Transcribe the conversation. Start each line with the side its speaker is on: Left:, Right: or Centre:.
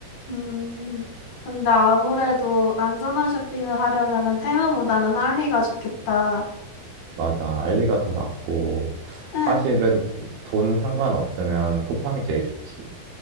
Left: 음. 근데 아무래도 안전한 쇼핑을 하려면은 테무보다는 알리가 좋겠다.
Right: 맞아, 알리가 더 낫고.
Left: 응,
Right: 사실은 돈 상관없으면 쿠팡이 제일 좋지.